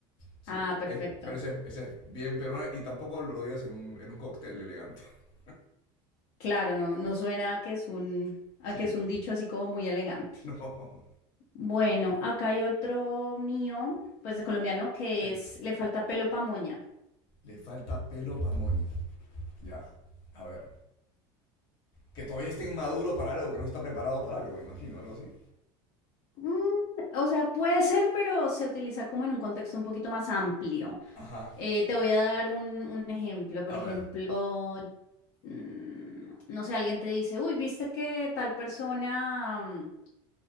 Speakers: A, on the left; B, on the left.
A: Sí,
B: Ah, perfecto.
A: eh, pero ese, es- ese es bien peruano y tampoco lo digas en un, en un cóctel elegante. <laughs>
B: Claro, no, no suena a que es un, a
A: Sí,
B: que es
A: no.
B: un dicho así como muy elegante.
A: No.
B: Bueno, acá hay otro mío, pues de colombiano, que
A: Sí.
B: es le falta pelo pa' moña.
A: Le falta pelo pa' moño. Ya, a ver. Que todavía esté inmaduro para algo, que no está preparado para algo, me imagino, algo así.
B: Mm, o sea, puede ser, pero se utiliza como en un contexto un poquito más amplio.
A: Ajá.
B: Eh, te voy a dar un, un ejemplo. Por
A: A
B: ejemplo,
A: ver.
B: mm, no sé, alguien te dice, uy, viste que tal persona. mm,